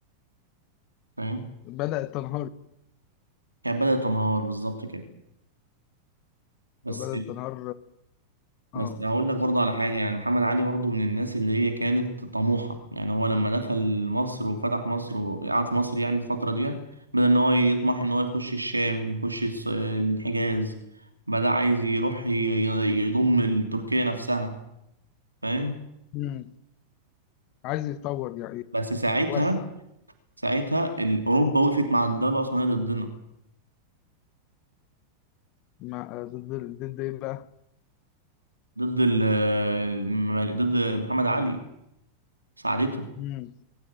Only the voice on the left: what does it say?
بدات تنهار
بدات تنهار اه
امم عايز يتطور يعني
يتوسع
مع ضد ضد ايه بقى
امم